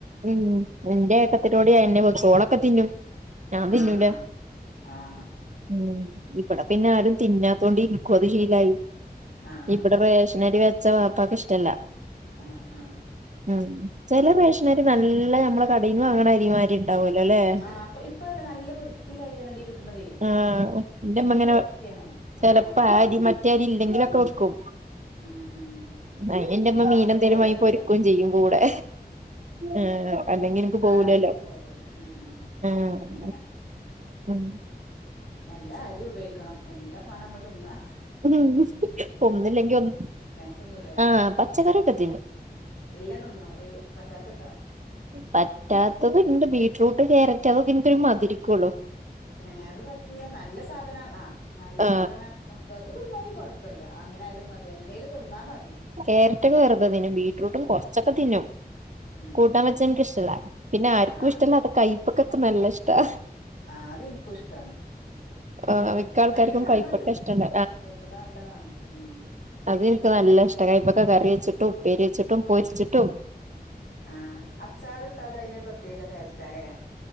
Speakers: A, on the right; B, on the left.
A: ഉം എന്റെ ഏട്ടത്തിലോടെ എന്നെ ഓളൊക്കെ തിന്നും ഞാൻ തിന്നൂല
B: ആഹ് ആഹ് ആഹ്
A: ഉം ഇവിടെ പിന്നെ ആരും തിന്നാത്തോണ്ട് നിക്കത് ശീലായി
B: ആഹ്
A: ഇവിടെ റേ ക്ഷണരി വെച്ച വപ്പാക്ക് ഇഷ്ടല്ല
B: ആഹ് ആഹ്.
A: ഉം ചില റേഷനരി നല്ല നമ്മളെ കടയിന് വാങ്ങന അരിമാരിണ്ട് ണ്ടാവല അല്ലേ
B: ആഹ് അപ്പ ഇപ്പ അതല്ല നല്ല വൃത്തിയുള്ള അരിയാണടി കിട്ടണതേ
A: ആഹ് എന്റെമ്മ
B: നല്ല
A: ഇങ്ങനെ
B: വൃത്തിയാണ് അരി
A: ചെലപ്പോ
B: ആഹ്
A: ആ അരി മറ്റേ അരി ഇല്ലെങ്കിലൊക്കെ വെക്കും
B: ഉം ഉം
A: അ എന്റെമ്മ
B: ആദ്യത്തെ
A: മീനന്തേലും
B: പോലൊന്നല്ല
A: വാങ്ങി പൊരുക്കയും ചെയ്യും കൂടെ ആഹ് അല്ലെങ്കിലും പോവൂലല്ലോ
B: ആദ്യത്തെ പോലെയല്ല ഉം ഉം
A: ആഹ്
B: അങ്ങനെ
A: ഉം
B: എല്ലാം അരിയും ഉപയോഗിക്കണം എല്ലാം വേണം നമ്മള് തിന്നാം.
A: ഉം ഒന്നില്ലങ്ക ഒന്ന്
B: തിന്നൂലേ
A: ആഹ് പച്ചക്കറിക്കെ തിന്നും.
B: എല്ലാം തിന്നോ ഒരു പറ്റാത്തണ്ടോ
A: പറ്റാത്തത് ഇണ്ട് ബീറ്റ്റൂട്ട് ക്യാരറ്റ് അതൊക്കെ എനിക്കൊരു മതിരിക്കുള്ളു
B: ഏഹ് അത് പറ്റൂല നല്ല സാധന ആ നല്ല
A: ആ
B: സാധന വെറുതെതിന്നോയി കൊഴപ്പല്ല അങ്ങനൊയാലും മതി എങ്ങനെലും തിന്നാൽ മതി
A: കേരാറ്റൊക്കേ വെറുതെ തിന്നും ബീറ്റ്റൂട്ടും കുറച്ചൊക്കെ തിന്നും
B: ഉം
A: കൂട്ടാവച്ചനിക്ക
B: ഉം
A: ഇഷ്ടല്ല പിന്നെ ആർക്കും
B: ആ
A: ഇഷ്ടല്ലത്ത കൈപ്പൊക്കൊക്കെ നല്ല ഇഷ്ടാ
B: ആ അതെനിക്കും ഇഷ്ടാണ്
A: ആ
B: ഉം
A: മിക്ക ആൾക്കാർക്കും
B: നല്ലതാണത്
A: കൈപ്പക്ക ഇഷ്ടണ്ട
B: കയപ്പക്കെ നല്ല നല്ലതാണ് ഉം.
A: അതെനിക്ക് നല്ല ഇഷ്ടാ കൈപ്പക്ക കറി വെച്ചിട്ടും ഉപ്പേരി വെച്ചിട്ടും പൊരിച്ചിട്ടും
B: അഹ് അച്ചാർ ഇട്ടാലോ അതിന് പ്രത്യേക ടേസ്റ്റ് അല്ലേ